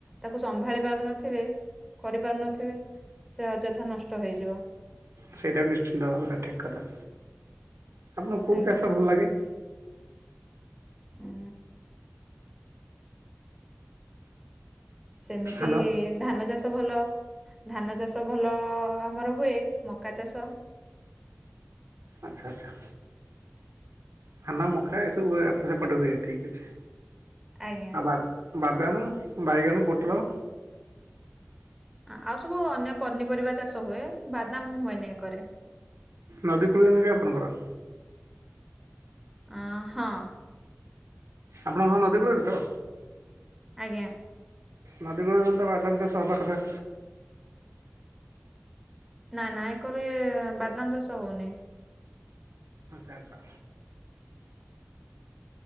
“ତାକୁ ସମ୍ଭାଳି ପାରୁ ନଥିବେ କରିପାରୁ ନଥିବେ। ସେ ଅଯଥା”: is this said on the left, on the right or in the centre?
Centre